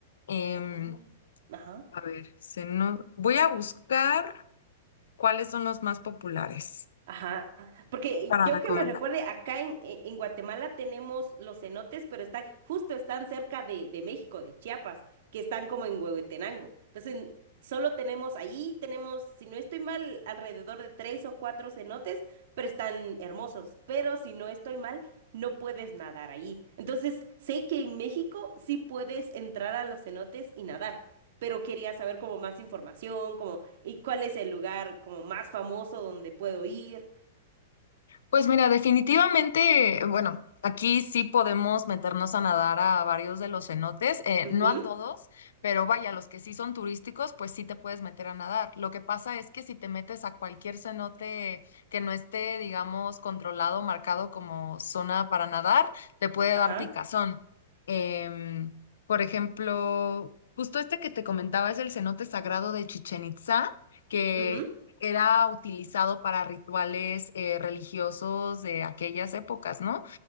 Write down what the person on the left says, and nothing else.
Em,
a ver, se no... voy a buscar cuáles son los más populares
para
recomendar.
Pues mira, definitivamente, bueno, aquí sí podemos meternos a nadar a varios de los cenotes, eh,
no a todos, pero vaya, los que sí son turísticos, pues sí te puedes meter a nadar. Lo que pasa es que si te metes a cualquier cenote que no esté, digamos, controlado, marcado como zona para nadar, te puede
dar picazón. Em, por ejemplo, justo este que te comentaba es el cenote sagrado de Chichen Itzá que
era utilizado para rituales eh, religiosos de aquellas épocas, ¿no?